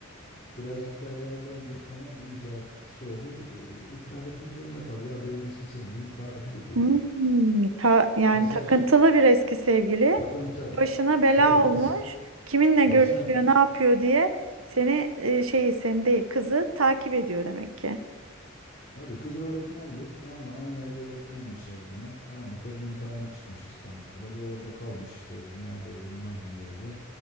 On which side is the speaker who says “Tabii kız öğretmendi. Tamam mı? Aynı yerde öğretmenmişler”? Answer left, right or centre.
Left